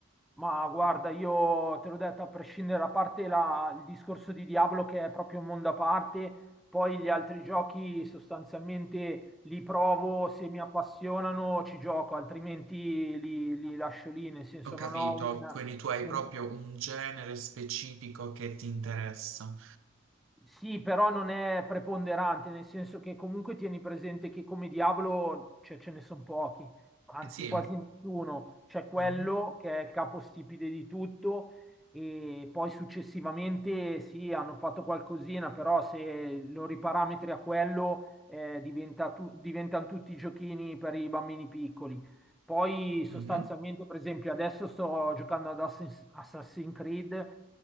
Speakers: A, in the centre; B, on the right.
A: Ma guarda, io te l'ho detto, a prescindere, a parte la- il discorso di Diablo che è proprio un mondo a parte, poi gli altri giochi sostanzialmente li provo, se mi appassionano ci gioco, altrimenti li, li lascio lì, nel senso
B: Ho capito,
A: non ho un,
B: quindi tu hai
A: un-
B: proprio un genere specifico che ti interessa.
A: Sì, però non è preponderante, nel senso che comunque tieni presente che come diavolo cioè, ce ne sono pochi, anzi
B: Eh sì,
A: quasi nessuno. C'è quello
B: Mhm,
A: che è il capostipite di tutto e poi successivamente sì, hanno fatto qualcosina, però se lo riparametri a quello eh, diventa tu- diventano tutti giochini per i bambini piccoli. Poi sostanzialmente,
B: mhm.
A: per esempio, adesso sto giocando ad Assassin's Assassin's Creed,